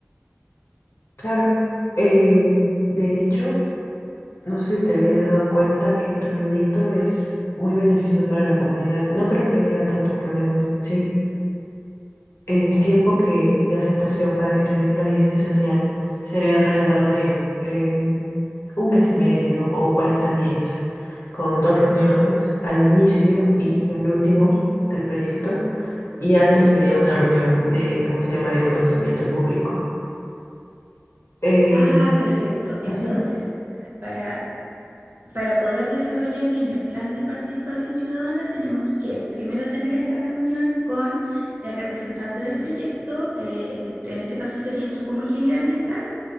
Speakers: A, on the left (about 75°); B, on the right (about 50°).
A: claro. eh, de hecho, no sé si te habías dado cuenta que en tu proyecto es muy beneficioso para la comunidad. No creo que haya tanto problema en sí. el tiempo que de aceptación para que te den la licencia social sería alrededor de em, un mes y medio o 40 días, con dos reuniones al inicio y al último del proyecto, y antes sería una reunión de, ¿cómo se llama?, de conocimiento público. Em,
B: Ah, perfecto. Entonces,
A: ujú,
B: para, para poder desarrollar bien el plan de participación ciudadana, tenemos que primero tener esta reunión con el representante del proyecto, eh, eh, en este caso serías tú como ingeniera ambiental,